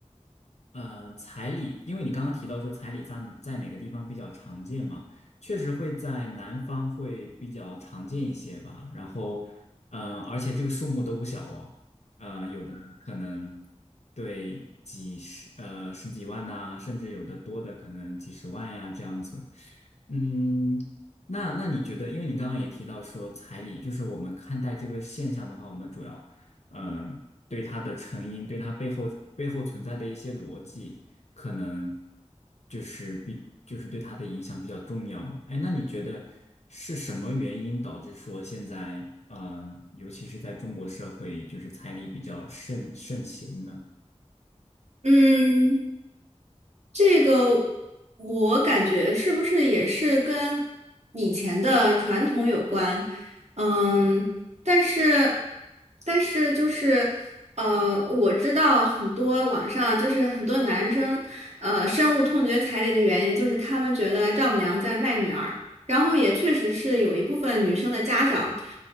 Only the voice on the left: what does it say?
呃，彩礼，因为你刚刚提到说彩礼在在哪个地方比较常见嘛，确实会在南方会比较常见一些吧。然后，嗯、而且这个数目都不小哦，呃，有的可能对几十呃十几万呐、甚至有的多的可能几十万呀、这样子。嗯，那那你觉得，因为你刚刚也提到说彩礼，就是我们看待这个现象的话，我们主要。嗯对它的成因，对它背后背后存在的一些逻辑，可能就是比就是对它的影响比较重要嘛。哎，那你觉得是什么原因导致说现在，嗯、尤其是在中国社会，就是彩礼比较盛盛行呢？